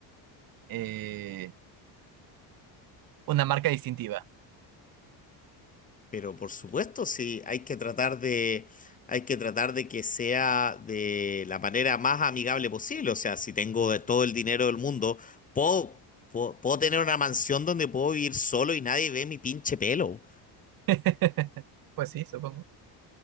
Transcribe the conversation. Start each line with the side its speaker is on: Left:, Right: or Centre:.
Right: eh, una marca distintiva.
Left: Pero por supuesto, sí, hay que tratar de, hay que tratar de que sea de la manera más amigable posible. O sea, si tengo de todo el dinero del mundo, puedo, puedo, puedo tener una mansión donde puedo vivir solo y nadie ve mi pinche pelo.
Right: <laughs> Pues sí, supongo.